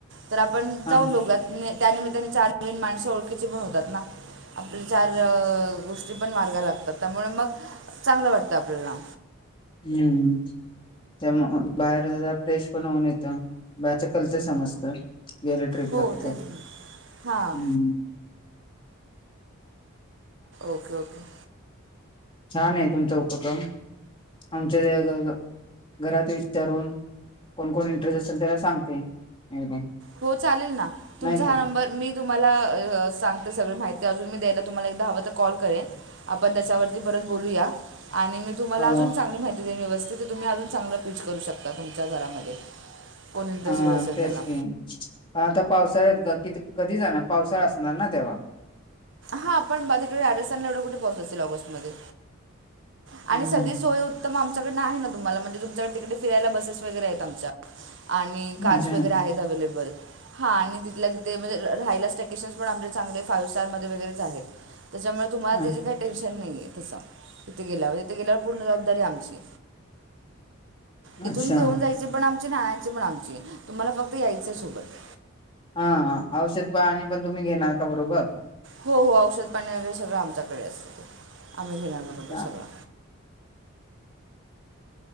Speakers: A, on the right; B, on the left.
A: तर आपण
B: हा
A: जाऊन बघुयात. त्यानिमित्ताने चार नवीन माणसं ओळखीची पण होतात ना. आपल्या चार गोष्टी पण मार्गा लागतात, त्यामुळे मग चांगलं वाटतं आपल्याला.
B: हूं... त्याच्यामुळं बाहेर झाल्यावर फ्रेश पण होऊन येतं बाहेरचं कल्चर समजतं. गेलं ट्रिपला
A: हो तेच
B: तर.
A: ना हां
B: हं...
A: ओके, ओके.
B: छान आहे तुमचा उपक्रम आमच्या ज गं गं. घरात विचारून कोण- कोण इंटरेस्ट असेल त्याला सांगते एकदम.
A: हो चालेल ना, तुमचा
B: नाही
A: हा
B: का
A: नंबर मी तुम्हांला अ अ सांगते सगळी माहिती अजून मी द्यायला तुम्हांला एकदा हवं तर कॉल करेन. आपण त्याच्यावरती परत बोलूया आणि मी तुम्हांला
B: ह
A: अजून चांगली माहिती देईन व्यव जे की, तुम्ही अजून चांगलं पीच करू शकता तुमच्या घरामध्ये. कोण इंटरेस्टेड
B: हा
A: असेल
B: तेच
A: त्याला
B: की, आता पावसाळ्यात किती कधी जाणार पावसाळा असणार ना तेव्हा.
A: हा आपण माझ्याकडे राजस्थानला एवढे कुठे पाऊस असेल ऑगस्टमध्ये.
B: हम्म
A: आणि सगळी सोय उत्तम आमच्याकडनं आहे ना, तुम्हांला म्हणजे तुमच्याकडे तिकडे फिरायला बसेस वगैरे आहेत आमच्या. आणि कार्स
B: अच्छा.
A: वगैरे आहेत अवेलेबल. हा आणि तिथल्या तिथे म्हणजे राहायला स्टॅकेशनच पण, आमचे चांगले फाईव्ह स्टार मध्ये वगैरेच आहेत त्याच्यामुळे तुम्हांला
B: अ
A: त्याचं काही टेन्शन नाहीये तसं तिथे गेल्यावर, तिथे गेल्यावर पूर्ण जबाबदारी आमची. इथून
B: अच्छा
A: घेऊन जायची पण आमची आणि आणयची पण आमची तुम्हांला फक्त यायचंय सोबत.
B: हा, हा. औषध पाणी पण तुम्ही घेणार का बरोबर.?
A: हो, हो. औषध पाणी वगैरे सगळं आमच्याकडे असतं, आम्हीं घेणार बरोबर
B: अच्छा
A: सगळं.